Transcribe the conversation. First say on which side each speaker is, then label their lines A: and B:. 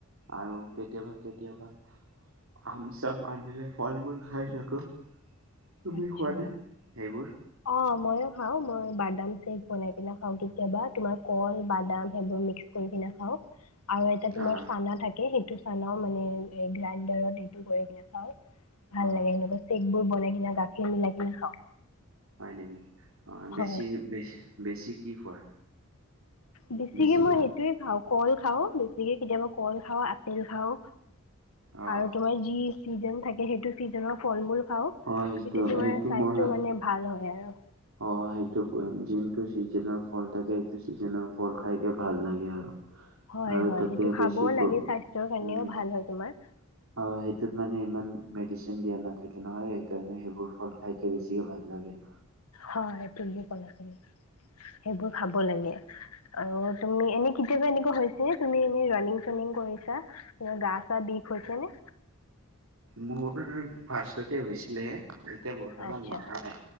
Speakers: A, on the right; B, on the left.
A: আৰু কেতিয়াবা কেতিয়াবা আম চাম আনিলে ফল মূল খাই থাকো। তুমি
B: আচ্ছা
A: খোৱা নে সেইবোৰ
B: অ মইয়ো খাওঁ। মই বাদাম চেক বনাই কিনে খাওঁ কেতিয়াবা তোমাৰ কল, বাদাম সেইবোৰ মিক্স কৰি কিনে খাওঁ। আৰু এটা তোমাৰ
A: আহ
B: চানা থাকে সেইটো এইটো চানাও মানে এই গ্ৰাইণ্ডাৰত এইটো কৰি কিনে খাওঁ। ভাল
A: আহ
B: লাগে সেনেকে চেইক ব বনাই কিনে গাখীৰ মিলাই কিনে খাওঁ।
A: হয় নেকি? অঁ
B: হয়।
A: বেছি বেছ বেছি কি খোৱা?
B: বেছিকে
A: বেছি
B: মই সেইটোয়ে খাওঁ। কল খাও বেছিকে কেতিয়াবা কল খাওঁ, আপেল খাওঁ
A: অ
B: আৰু তোমাৰ যি চিজন থাকে সেইটো ছিজনৰ ফল মূল খাওঁ।
A: অ সেইটো
B: তেতিয়া তোমাৰ
A: সেইটো
B: স্বাস্থ্য
A: মই
B: মানে ভাল হয় আৰু।
A: অ সেইটো যোনটো চিজনৰ ফল থাকে, সেইটো চিজনৰ ফল খাইকে ভাল লাগে আৰু।
B: হয়,
A: আৰু
B: হয়,
A: তাতে
B: সেইটো খাবও
A: বেছি
B: লাগে
A: উম,
B: স্বাস্থ্যৰ কাৰণেও ভাল
A: সেইটোত
B: হয় তোমাৰ।
A: মানে ইমান মেডিচিন দিয়া নাথ তাকে নহয় সেইকাৰণে সেইবোৰ ফল খাইকে বেছিকে ভাল লাগে।
B: হয় এইটো <inaudible> <unintelligible> সেইবোৰ খাব লাগে আৰু তুমি এনে কেতিয়াবা এনেকুৱা হৈছে তুমি এনে ৰাণং চুমিং কৰিছা তোমাৰ গা চা বিষ হৈছে নে
A: মোৰ ফাৰ্ষ্টতে হৈছিলে হে তেয়া বৰ্তমান
B: আচ্ছা
A: নোহ হয়